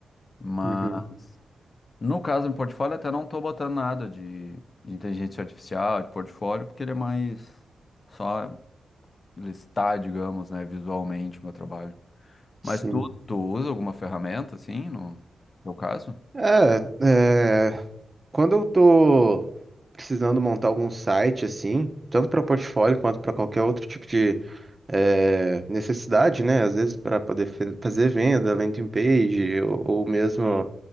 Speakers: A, on the left; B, on the right.
A: mas.
B: uhum,
A: No caso, em portfólio, até não estou botando nada de, de inteligência artificial, de portfólio, porque ele é mais só listar, digamos, né, visualmente o meu trabalho. Mas
B: sim.
A: tu, tu usa alguma ferramenta, assim, no no caso?
B: É, é, quando eu tô precisando montar algum site assim, tanto para portfólio quanto para qualquer outro tipo de é, necessidade, né? Às vezes para poder fe- fazer venda, landing page ou ou mesmo
A: Sim.